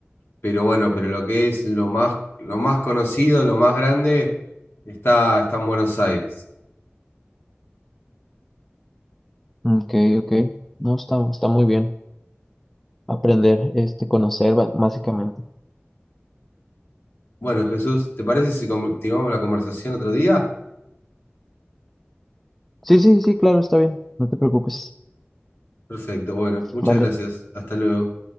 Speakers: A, on the left; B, in the centre.
A: pero bueno, pero lo que es lo más, lo más conocido, lo más grande, está, está en Buenos Aires.
B: ok, ok. No, está, está muy bien aprender, este, conocer ba- básicamente.
A: Bueno, Jesús, ¿te parece si continuamos la conversación otro día?
B: Sí, sí, sí, claro, está bien. No te preocupes.
A: Perfecto, bueno, muchas
B: Vale.
A: gracias. Hasta luego.